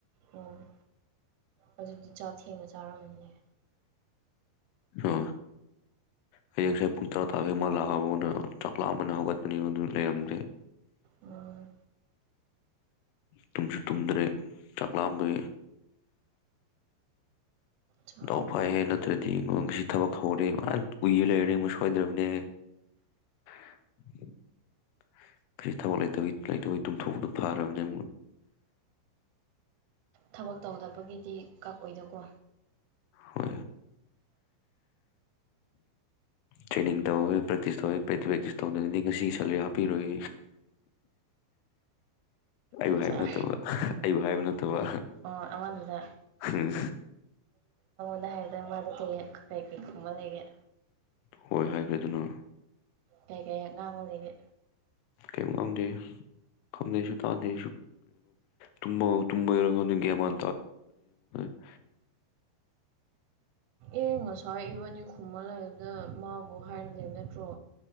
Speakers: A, on the right (about 80°); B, on the left (about 85°).
A: ꯑꯣ ꯑꯗꯨꯗꯤ ꯆꯥꯛ ꯊꯦꯡꯅ ꯆꯥꯔꯝꯃꯅꯤꯅꯦ
B: ꯑ ꯍꯌꯦꯡꯁꯦ ꯄꯨꯡ ꯇꯔꯥ ꯇꯥꯕꯦ ꯃꯥꯜꯂꯥꯛꯑꯕꯅ ꯆꯥꯛꯂꯥꯛꯑ ꯑꯃꯅ ꯍꯧꯒꯠꯄꯅꯤ ꯑꯗꯨ ꯂꯩꯔꯝꯗꯦ
A: ꯑꯣ
B: ꯇꯨꯝꯁꯨ ꯇꯨꯝꯗ꯭ꯔꯦ ꯆꯥꯛꯂꯥꯕ
A: ꯆꯥꯎ
B: ꯗꯥꯎ ꯐꯥꯏꯍꯦ ꯅꯠꯇ꯭ꯔꯗꯤꯁꯤ ꯊꯕꯛ ꯍꯧꯔꯦ ꯎꯏꯔ ꯂꯩꯔꯅꯤ ꯁꯣꯏꯗ꯭ꯔꯕꯅꯦ <inaudible> ꯀꯔꯤ ꯊꯋꯥꯏ ꯂꯩꯇꯧ ꯂꯩꯇꯧꯤ ꯇꯨꯝꯊꯣꯛꯅ ꯐꯔꯕꯅꯤ
A: ꯊꯕꯛ ꯇꯧꯗꯕꯒꯤꯗꯤ ꯀꯛꯑꯣꯏꯗꯀꯣ
B: ꯍ ꯇ꯭ꯔꯦꯅꯤꯡ ꯇꯧꯋꯤ ꯄ꯭ꯔꯦꯛꯇꯤꯁ ꯇꯧꯋꯤ ꯄ꯭ꯔꯦꯛꯇꯤꯁ ꯇꯧꯗꯗꯤ ꯉꯁꯤ ꯁꯦꯂꯔꯤ ꯍꯥꯞꯄꯤꯔꯣꯏ ꯑꯩꯕꯨ
A: ꯑꯠꯆꯥ
B: ꯍꯥꯏꯕ ꯅꯠꯇꯕ ꯑꯩꯕꯨ ꯍꯥꯏꯕ ꯅꯠꯇꯕ
A: ꯑꯣ ꯑꯃꯗꯨꯗ
B: ꯎꯝ
A: ꯍꯥꯏꯗ꯭ꯔ ꯃꯥ ꯇꯄ ꯀ ꯀꯨꯝ ꯃꯅꯦꯒ
B: ꯍꯣꯏ ꯍꯥꯏ ꯀꯗꯅꯣ
A: ꯀ ꯀꯦ ꯉꯥꯡꯉ ꯂꯩꯦ
B: ꯀꯩꯨꯝꯣꯪꯗꯦ ꯀꯪ ꯇꯥꯗꯦ ꯀꯒꯦꯃ <unintelligible> <inaudible>
A: ꯑꯦ ꯉꯁꯥꯏ ꯏꯕꯅꯤ ꯈꯨꯝꯃꯜ ꯂꯩꯕꯗ ꯃꯥꯕꯨ ꯍꯥꯏꯔꯝ ꯂꯩꯕ ꯅꯠꯇ꯭ꯔꯣ